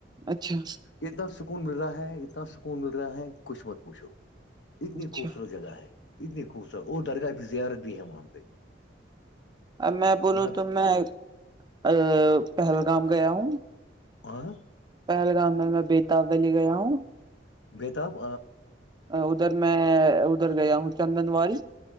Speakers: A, on the right (about 25°); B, on the left (about 70°).
A: اچھا
B: اتنا سکون مل رہا ہے اتنا سکون مل رہا ہے کچھ مت پوچھو اتنی
A: اچھا
B: خوبصورت جگہ ہے اتنی خوبصورت اور درگاہ بھی زیارت بھی ہے وہاں پہ
A: ا میں بولوں
B: وہاں
A: تو میں ا پہلگام گیا ہوں
B: آ <unintelligible> <inaudible>
A: پہلگام میں میں بیتابلی گیا ہوں
B: بتاب
A: ادھر میں ادھر گیا ہوں چندن وی